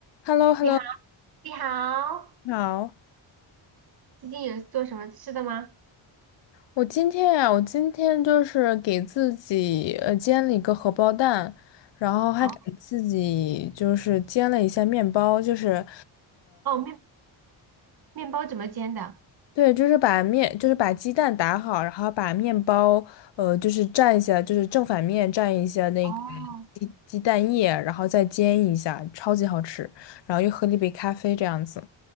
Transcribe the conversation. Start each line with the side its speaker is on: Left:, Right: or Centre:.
Left: h e l l o h
Right: 你好，
Left: e l l o
Right: 你好，
Left: 你好。
Right: 最近有做什么吃的吗？
Left: 我今天啊，我今天就是给自己呃煎了一个荷包蛋，然后还给自己就是煎了一下面包，
Right: 哦
Left: 就是
Right: 哦，面面包怎么煎的？
Left: 对，就是把面就是把鸡蛋打好，然后把面包呃就是蘸一下，就是正反面蘸一下那个
Right: 哦，
Left: 鸡鸡蛋液，然后再煎一下，超级好吃。然后又喝了一杯咖啡这样子。